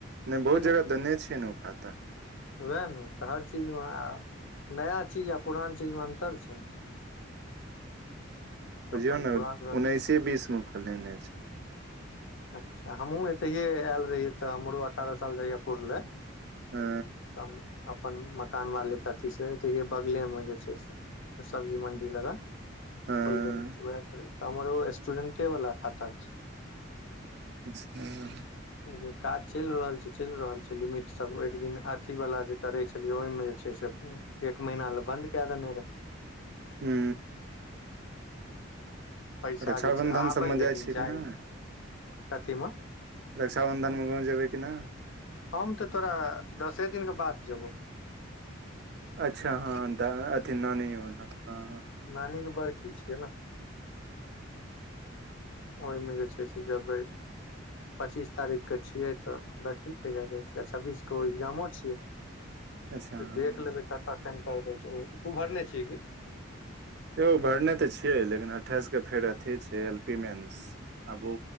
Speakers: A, on the right; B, on the left.
A: नहि बहुत
B: लेकिन
A: जगह देने छियै ने ओ खाता
B: उएह नऽ तऽ हर चीजमे आ नया चीज आ पुरान चीजमे अन्तर छै नऽ
A: बुझियौ
B: तऽ अपन
A: नऽ
B: पुरान रख।
A: उन्नैसे बीस मऽ खोलेने छै
B: अच्छा हमहूँ एतहिे आयल रहियै तऽ हमरो अठारह साल जहिया पुर लए
A: हँ
B: त अपन मकान वाली के अथी सेे बगले मे जे छै से सब्जी मंडी लगन
A: हँ
B: खोलबेने छिये हमर ओ स्टूडेंटे वाला खाता
A: <unintelligible>
B: अखेन काज चलि रहल छै चलि रहल छै लिमिट सब एक दिन अथी वाला जे करे छै चलियै ओहिमे जे छै से एक महीना लए बन्द कए देने रहय
A: हू
B: पैसा
A: रक्षाबंधन
B: जे छै आबै
A: सबमे
B: लेकिन
A: छियै
B: जाइ
A: कि नहि
B: नहि कथीमऽ
A: रक्षाबन्धन मे गाँव जेबै कि नहि
B: हम तऽ तोरा दसे दिन के बाद जेबौ
A: अच्छा हँ अथि नानी बला हँ
B: नानी के बड़की छियै नऽ
A: अच्छा
B: ओहिमे जे छै से जेबै पच्चीस तारीख के छियै तऽ देखी तऽ कहिया जाइ छियै छब्बीस कऽ उ एग्जामो छियै तऽ
A: अच्छा हँ
B: देख लेबै कतय सेंटर दै छै तू उ भरने छि की
A: यौ भरने तऽ छिये लेकिन अठाइस केँ फेर अथी छै एल पी मेन्स आब उ